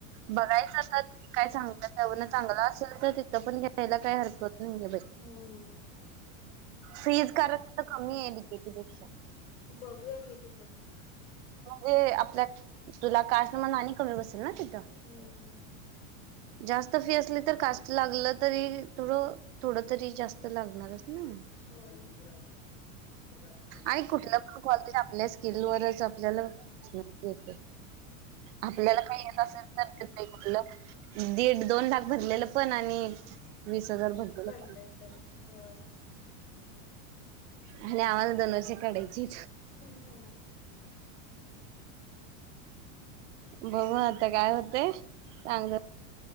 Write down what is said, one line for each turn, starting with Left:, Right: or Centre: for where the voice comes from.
Right: बघायचा आता काय सांगता चांगलं असेल तर तिथ पण घ्यायला काही हरकत नाहीे
Left: हम्म
Right: फीज कारण तिथ कमी आहेे जे जे पेक्षा
Left: बघूया की तिथं
Right: म्हणजे आपल्या तुला कास्ट म्हणून आणि कमी
Left: हम्म.
Right: बसेल ना तिथं जास्त फी असली कास्ट लागलं तरी थोडं थोड तरी जास्त लागणारच
Left: होय.
Right: ना आणि कुठलं पण कॉलेज आपल्या स्किल <unintelligible> आपल्याला का येत असेल तर दीड दोन लाख भरलेलं पण आणि वीस हजार भरलेलं
Left: भरले
Right: पण
Left: तरी होय.
Right: आणि आम्हाला दोन वर्ष काढायची
Left: हम्म
Right: बघू आता काय होते चांगलं